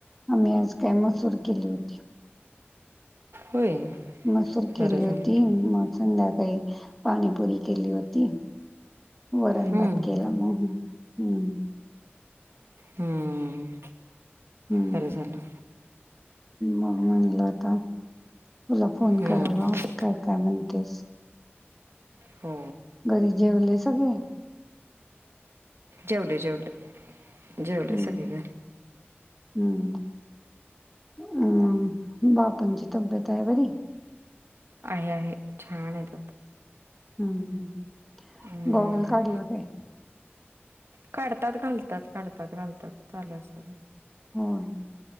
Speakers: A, in the centre; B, on the right.
A: आम्ही आज काय मसूर केली होती.
B: होय.
A: मसूर केली
B: बरं झालं
A: होती,
B: की
A: मग संध्याकाळी पाणीपुरी केली हो ती वरण
B: हम्म
A: भात केला मग. हम्.
B: हम्म,
A: हम्म
B: बरं झालं.
A: मग म्हणलं आता तुला फोन
B: हम्म
A: करावा.
B: हम्म
A: काय काय म्हणतेस?
B: हो
A: घरी जेवले सगळे?
B: जेवले जेवले. जेवले
A: हम्म
B: सगळे घरी
A: ह हम्म. अम मग बापूंची तब्येत आहे बरी?
B: आहे आहे, छान आहेत आता.
A: हम्म हम्म,
B: हम्म
A: गॉगल काढला काय?
B: काढतात घालतात, काढतात घालतात, चालू असतं
A: होय.